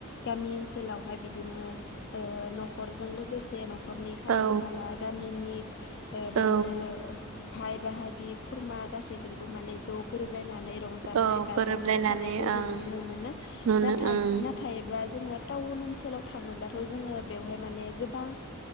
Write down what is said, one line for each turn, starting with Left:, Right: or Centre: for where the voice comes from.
Left: गामि ओनसोलावहाय बिदिनो ओ न'खरजों लोगोसे न'ख न'खरनि खाथि
Right: औ
Left: खाला गामिनि बिदिनो
Right: औ
Left: भाय बाहागि खुरमा गासैजोंबो माने ज' गोरोबलाय नानै रंजानाय
Right: औ
Left: बाजानाय
Right: गोरोबलायनानै
Left: थानायखौ
Right: ओं
Left: जों नुनो मोनो
Right: नुनो
Left: नाथाय
Right: ओं
Left: नाथायबा जोङो टाउन ओनसोलाव थाङोब्लाथ' जोङो बेवहाय माने गोबां